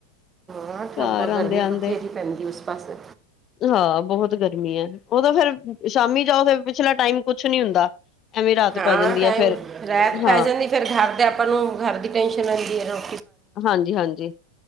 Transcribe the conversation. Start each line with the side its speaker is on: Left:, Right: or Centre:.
Right: ਨਾ ਠੰਡ,
Left: ਘਰ
Right: ਗਰਮੀ
Left: ਆਂਦੇ ਆਂਦੇ
Right: ਪਥੇਰੀ ਪੈਂਦੀ ਉਸ ਪਾਸੇ।
Left: ਹਾਂ ਬਹੁਤ ਗਰਮੀ ਹੈ, ਉਦੋਂ ਫਿਰ ਸ਼ਾਮੀ ਜਾਓ ਫ ਪਿਛਲਾ ਟਾਈਮ ਕੁਛ ਨੀ ਹੁੰਦਾ, ਐਵੇਂ ਰਾਤ
Right: ਹਾਂ
Left: ਪੈ ਜਾਂਦੀ
Right: ਟਾਈਮ
Left: ਹੈ ਫੇਰ,
Right: ਰਾਤ
Left: ਹਾਂ।
Right: ਪੈ ਜਾਂਦੀ ਫਿਰ ਘਰ ਤਾਂ ਆਪਾਂ ਨੂੰ, ਘਰ ਦੀ ਟੈਨਸ਼ਨ ਆਉਂਦੀ ਹੈੋ।
Left: ਹਾਂਜੀ ਹਾਂਜੀ